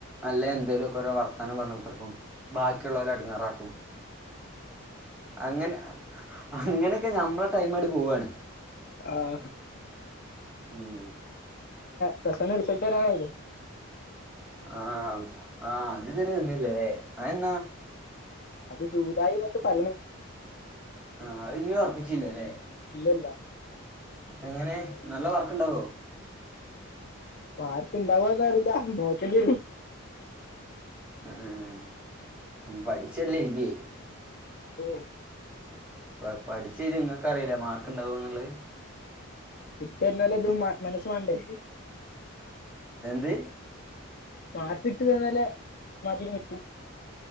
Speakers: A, in the centre; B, on the left.
A: അല്ലെ എന്തേലുമ ഒക്കെ വർത്താനം പറഞ്ഞ് കുതീർക്കും ബാക്കിയുള്ളവരെ എടങ്ങാറാക്കും അങ്ങനെ അങ്ങനെയൊക്കെ നമ്മള് ടൈമ് എടു പൂവാണ്
B: ആാ
A: ഉം
B: പ്ലസ് വണ്ണിലെ റിസൾട്ട് വരാനായില്ലേ
A: ആ ആ അതു ഇതുവരെ വന്നില്ലേ അയെന്നാ
B: ഇത് ജൂലായി എന്നൊക്കെ പറയണു
A: ആ അത് ഇനി ഉറപ്പിച്ചില്ലല്ലേ
B: ഇല്ലല്ല
A: എങ്ങനെ നല്ല വർക്കുണ്ടാവോ
B: മാർപ്പ് ഇണ്ടാവന്ന് അറിയില്ല നോക്കേണ്ടി വരും
A: ഉം ഉം പഠിച്ചല്ലേ എഴുതിയേ
B: ഓ
A: ഇ പഠിച്ചത് നിങ്ങക്ക് അറിയില്ല മാർക്ക് ഇണ്ടാവൂ എന്നുള്ളത്
B: <unintelligible> അതും മനസ്സു വേണ്ടെ
A: എന്ത്
B: മാർക്ക് ഇട്ട് തന്നാലേ മതി നിക്കും